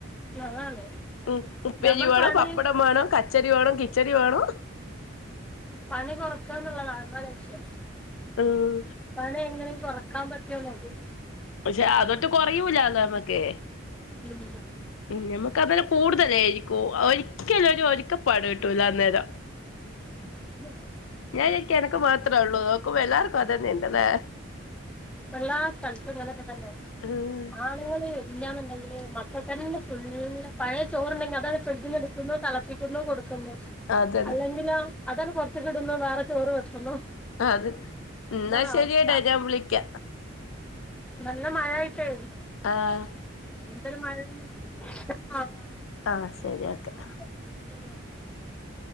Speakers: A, in the centre; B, on the left.
A: അതാണ്
B: ഉ ഉപ്പേരിവേണം
A: നമ്മൾ പണി
B: പപ്പടം മാണം ക പച്ചടിവാണം കിച്ചടിവാണം
A: പണി കൊറക്കാന്ന്ള്ളതാണ് അതാണ് വിഷയം
B: ഉം
A: പണി എങ്ങനേങ്കിലും കൊറ് ക്കാപറ്റോന്നോക്കും
B: പക്ഷേ അതട്ടും കൊറയൂല്ല നമ്മക്ക്
A: ഉം
B: ഉം ഞമ്മക്ക് അത് കൂടുതലായിരിക്കും ഒരിക്കലും ഒരു ഒരിക്കപ്പാട് കിട്ടൂലന്നേരം
A: <unintelligible>
B: ഞാൻ വിചാരിക്കും എനക്ക് മാത്രേള്ളൂന്ന് നോക്കുമ്പല്ലാർക്കും അതന്നെണ്ല്ലേ
A: എല്ലാ സ്ഥലത്തുങ്ങനൊക്കെത്തന്നെ
B: ഉം
A: ആണ്ങ്ങള് ഇല്ല്യന്നുണ്ടെങ്കില് മക്കക്കന്നെ ഫുള്ള് പഴയ ചോറുണ്ടെങ്കി അതങ്ങട്ട് ഫ്രിഡ്ജ്ന്ന് ഡ്ക്കുന്നു തൾപ്പി വെക്കുന്നു കൊടുക്കുന്നു
B: അതന്നെ
A: അല്ലെങ്കിലോ അതാണ്ട് പൊറത്ത് കിടുന്നു വേറെ ചോറ് വെക്കുന്നു.
B: അത് ന്നാശരിയടാ
A: ഇതാണ് അവസ്ഥ
B: ഞാൻ വിളിക്യ.
A: നല്ല മഴ ആയിട്ടേ
B: ആഹ്
A: എന്തൊരു മയേണ് ആഹ്
B: ആഹ്‌ ശരി ഓക്കെ
A: <unintelligible>